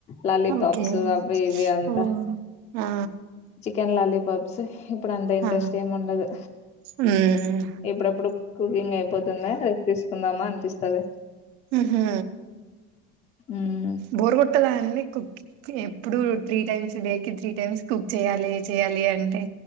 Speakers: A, on the left (about 20°); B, on the right (about 75°).
A: లాలీపాప్స్
B: ఓకే
A: అవి ఇవి అంతా
B: ఓ ఆ
A: చికెన్ లాలీపాప్ సహి ఇప్పుడు అంత ఇంట్రెస్ట్
B: ఆ
A: ఏం ఉండదు
B: మ్మ్
A: ఏప్పుడప్పుడు కుకింగ్ అ పోతుంద రేపు తీసుకుందామా అనిపిస్తది
B: ఊహూ
A: ఉమ్
B: బోర్ కొంటదా అండి కుక్ కి ఎప్పుడు త్రీ టైమ్స్ డేకి త్రీ టైమ్స్ కుక్ చేయాలి చేయాలి అంటే